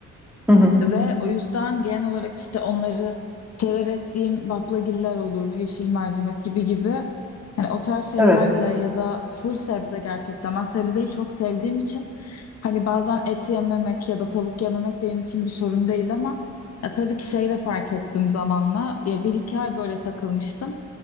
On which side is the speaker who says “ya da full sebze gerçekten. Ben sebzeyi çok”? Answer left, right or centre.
Left